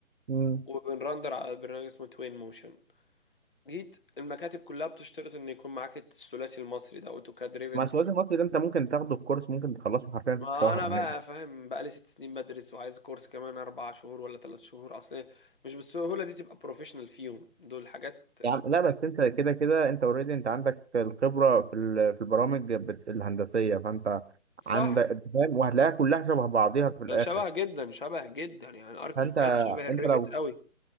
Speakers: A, on the right (about 55°); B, on the left (about 40°).
A: مم.
B: وبنرندر على برنامج اسمه توين موشن جيت المكاتب كلها بتشترط ان يكون معاك الثلاثي المصري ده اوتوكاد ريفت
A: مع السواد المصري ده انت ممكن تاخده الكورس ممكن تخلصه حرفيا
B: ما
A: في شهر
B: انا بقى
A: يعني
B: فاهم بقى لي ست سنين بدرس وعايز كورس كمان اربع شهور ولا ثلاث شهور اصل مش بالسهوله دي تبقى بروفيشنال فيهم دول حاجات
A: يا عم لا بس انت كده كده انت اوريدي انت عندك الخبره في ال- في البرامج بت- الهندسيه فانت
B: صح
A: عندك انت فاهم وهتلاقيها كلها شبه بعضيها في الاخر
B: شبه جدا شبه جدا يعني الاركي
A: فانت
B: كاد شبه الريفت
A: انت لو
B: قوي